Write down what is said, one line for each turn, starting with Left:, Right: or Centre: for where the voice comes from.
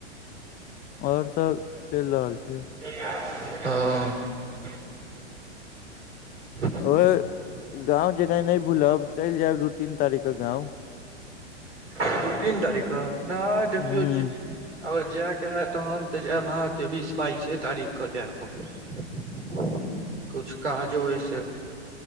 Left: आओर सब चलि रहल छै
Right: हँ <inaudible>
Left: ओ गाँंव जेनाइ नय भूलब चलि जायब दू तीन तारीकके गाँंव
Right: दू तीन तारीख कऽ नय देखियौ
Left: हूँ
Right: जे आओर जायके हे तऽ हम तऽ जायब अहाँके बीस बाइसे तारीख के जायब कुछ काजो अय से